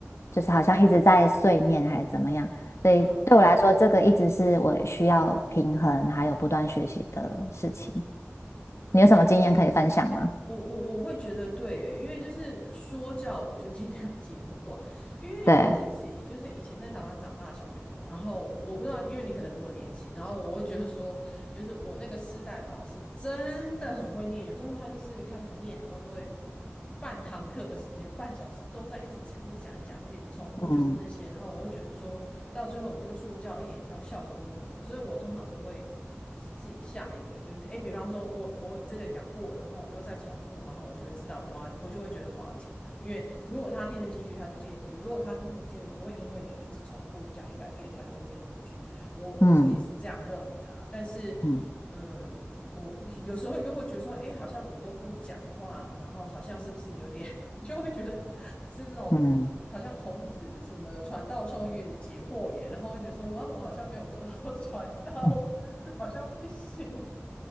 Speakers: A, on the left; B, on the left.
A: 哦，
B: 就是好像一直在碎念还是怎么样，所以对我来说，
A: 嗯。
B: 这个一直是我需要平衡还有不断学习的事情。你有什么经验可以分享吗？
A: 对我，我我我会觉得对耶，因为就是说教我就尽量 <laughs> 简短，因为我自己就是以前在台湾长大的小朋友，
B: 对，
A: 然后我不知道，因为你可能比我年轻，然后我会觉得说，就是我那个世代的老师真的很会念，有时候他就是开始念，然后就会半堂课的时间，半小时都在一直讲，一直讲，一直讲，而且你重复就是那些，
B: 嗯
A: 然后我会觉得说到最后你这个说教一点效效果都没有，所以我通常都会。就是自己下一个，就是哎，比方说我我这个讲过了，然后我又再重复，然后我就会知道我要我就会觉得我要停了，因为如果他听得进去，他就听得进去；如果他听不进去，不会因为你一直重复讲一百遍，他就会听得进去。我我自己是这样认为啦，
B: 嗯
A: 但是
B: 嗯
A: 嗯，我 <laughs> 有时候又会觉得说，哎，好像我都不讲的话，然后好像是不是有点你就会觉得是那种好像孔子什么传道授业解惑也，
B: 嗯
A: 然后会觉得说哇，我好像没有做到 <laughs> 传道，
B: 嗯，
A: <laughs> 是不是好像不行？